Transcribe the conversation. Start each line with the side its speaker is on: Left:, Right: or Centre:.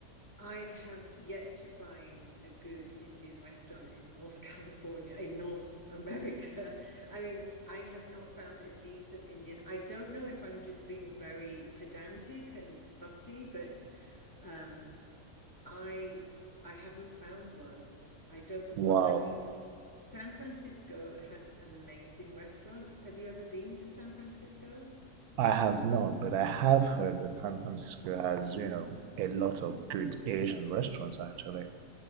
Left: I have yet to find a good Indian restaurant in North <laughs> California, in North America. I mean, I have not found a decent Indian. I don't know if I'm just being very pedantic and fussy, but um, I I haven't found one. I don't know what,
Right: Wow,
Left: I mean, San Francisco has amazing restaurants. Have you ever been to San Francisco?
Right: I have not, but I have heard that San Francisco has, you know, a lot of good Asian restaurants actually,